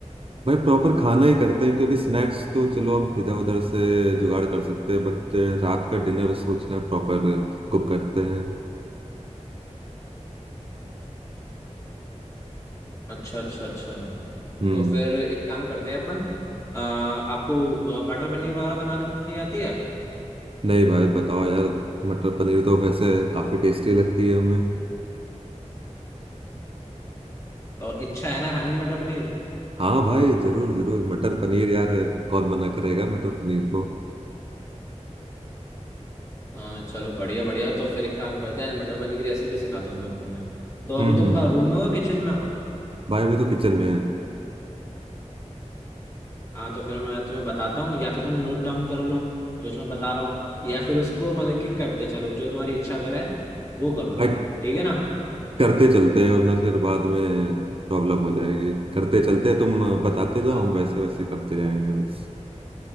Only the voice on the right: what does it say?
भाई प्रॉपर खाना ही करते हैं क्योंकि स्नैक्स तो चलो हम इधर उधर से जुगाड़ कर सकते हैं बट रात का डिनर सोचना है प्रॉपर कुक करते हैं
हम्म
नहीं भाई बताओ यार मटर पनीर तो वैसे काफी टेस्टी लगती है हमें
हाँ भाई जरूर जरूर मटर पनीर यार कौन मना करेगा मटर पनीर को
हम्म
हम्म
भाई अभी तो किचन में है
भाई
करते चलते हैं वरना फिर बाद में प्रॉब्लम हो जाएगी करते चलते हैं तुम बताते जाओ
हम वैसे वैसे करते जाएंगे बस